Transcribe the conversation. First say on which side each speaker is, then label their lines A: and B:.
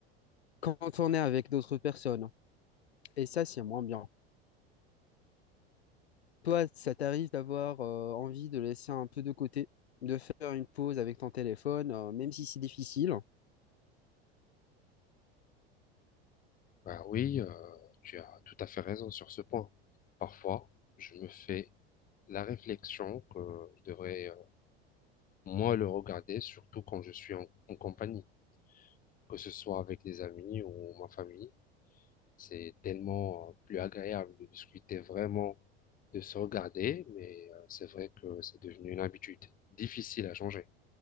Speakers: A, on the left (about 85°); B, on the left (about 25°).
A: quand on est avec d'autres personnes. hein. Et ça, c'est moins bien. Toi, ça t'arrive d'avoir euh, envie de laisser un peu de côté, de faire une pause avec ton téléphone, euh, même si c'est difficile.
B: Bah oui, euh, tu as tout à fait raison sur ce point. Parfois, je me fais la réflexion que je devrais euh, moins le regarder, surtout quand je suis en en compagnie, que ce soit avec des amis ou ma famille. C'est tellement euh, plus agréable de discuter vraiment, de se regarder, mais euh, c'est vrai que c'est devenu une habitude difficile à changer,